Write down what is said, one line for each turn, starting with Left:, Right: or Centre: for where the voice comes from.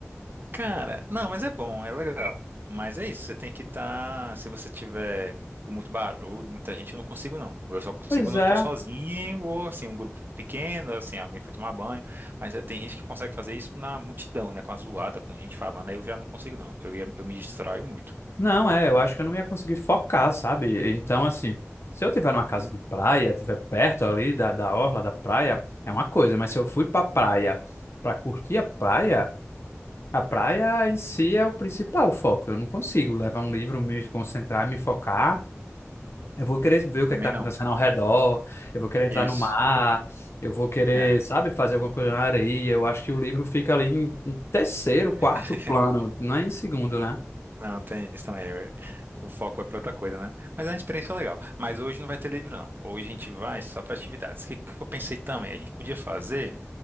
Right: Cara, não, mas é bom, é legal. Mas é isso, você tem que estar. se você tiver com muito barulho, muita gente, eu não consigo não. Eu só consigo
Left: Pois
Right: quando
Left: é.
Right: eu tô sozinho ou assim, um grupo pequeno, assim, alguém foi tomar banho. Mas é, tem gente que consegue fazer isso na multidão, né? Com a zoada, com gente falando, aí eu já não consigo não. Eu, ia- eu me distraio muito.
Left: Não, é, eu acho que eu não ia conseguir focar, sabe? Então, assim, se eu tiver numa casa de praia, tiver perto ali da, da orla da praia, é uma coisa, mas se eu fui pra praia pra curtir a praia, a praia em si é o principal foco. Eu não consigo levar um livro, me concentrar, me focar. Eu vou querer ver o que
Right: Também
Left: está acontecendo
Right: não.
Left: ao redor, eu vou querer entrar
Right: Isso.
Left: no mar, eu vou querer,
Right: É.
Left: sabe, fazer alguma coisa na areia. Eu acho que o livro fica ali em, em terceiro, quarto
Right: <laughs>
Left: plano, não é em segundo, né?
Right: Não, tem isso também. é, O foco vai pra outra coisa, né? Mas é uma experiência legal. Mas hoje não vai ter livro, não. Hoje a gente vai só para atividades. O que que eu pensei também? A gente podia fazer.